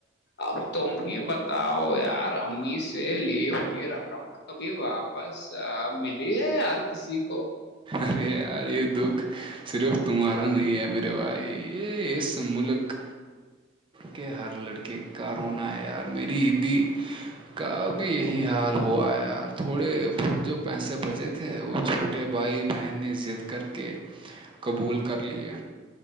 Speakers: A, on the left; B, on the right.
A: اب تمیں بتاؤ یار امی سے لی ہوئی رقم کبھی واپس ملی ہے یار کسی کو
B: ارے یار یہ دکھ صرف تمہارا نہیں ہے میرے بھائی یہ اس ملک کہ ہر لڑکے کا رونا ہے یار میری عیدی کا بھی یہی حال ہو آیا تھوڑے بہت جو پیسے بچے تھے وہ چھوٹ چھوٹے بھائی بہن نے ضد کر کے قبول کر لیے